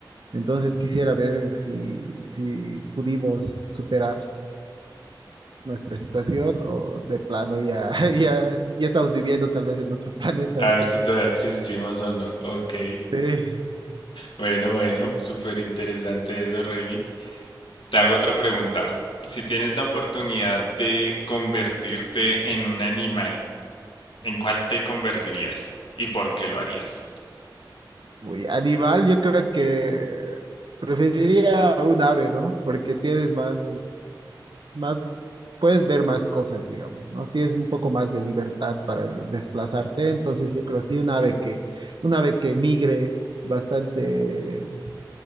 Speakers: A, on the right; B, on the left.
A: Entonces quisiera ver si, si pudimos superar nuestra situación o de plano ya, <laughs> ya, ya estamos viviendo tal vez en otro planeta,
B: A
A: ¿no?
B: ver si todavía existimos o no. Ok.
A: Sí.
B: Bueno, bueno, súper interesante eso, Raimi. Te hago otra pregunta. Si tienes la oportunidad de convertirte en un animal, ¿en cuál te convertirías? ¿Y por qué lo harías?
A: Uy, animal, yo creo que preferiría un ave, ¿no? Porque tienes más, más, puedes ver más cosas, digamos, ¿no? Tienes un poco más de libertad para desplazarte, entonces yo creo sí un ave que, un ave que migre bastante